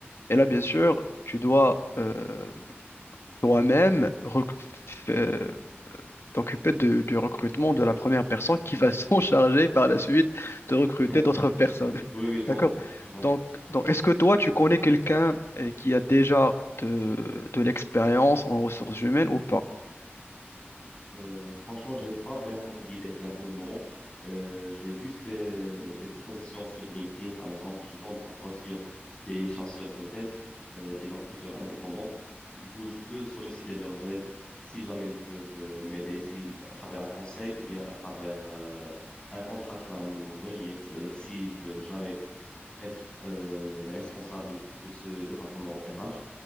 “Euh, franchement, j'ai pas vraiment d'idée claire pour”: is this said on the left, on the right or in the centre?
Left